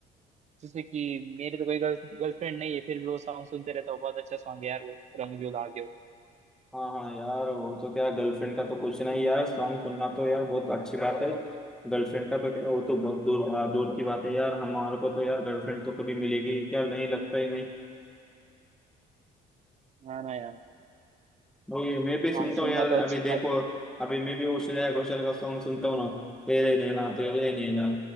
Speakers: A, on the right (about 40°); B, in the centre.
A: जैसे कि मेरे तो कोई गर्ल गर्लफ्रेंड नहीं है फिर भी वो सॉन्ग सुनते रहता हूँ बहुत अच्छा सॉन्ग है यार वो रंग जो लागे
B: हाँ हाँ यार वो तो क्या गर्लफ्रेंड का तो कुछ नहीं यार सॉन्ग सुनना तो यार बहुत अच्छी बात है गर्लफ्रेंड का तो क्या वो तो बहुत दूर हाँ, दूर की बात है यार हमारे को तो यार गर्लफ्रेंड तो कभी मिलेगी क्या नहीं लगता ही नहीं
A: ना ना यार
B: वो ये मैं भी सुनता
A: सॉन्ग सुनना
B: हूँ यार
A: तो अच्छी
B: अभी देखो
A: बात
B: अभी मैं भी वो श्रेया घोषाल का सॉन्ग सुनता हूँ ना तेरे नैना तेरे नैना